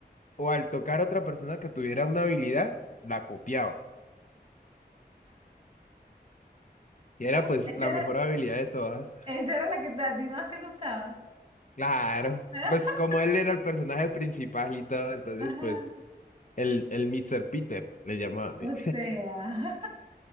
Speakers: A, on the left (about 50°); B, on the right (about 25°).
A: o al tocar a otra persona que tuviera una habilidad, la copiaba. Y era pues
B: Esa
A: la
B: era,
A: mejor habilidad de todas.
B: esa era la que te- a ti más te gustaba.
A: Claro.
B: <laughs>
A: Pues como él era el personaje principal y todo, entonces
B: Ajá.
A: pues el, el Mr. Peter le llamaban.
B: O
A: e,
B: sea.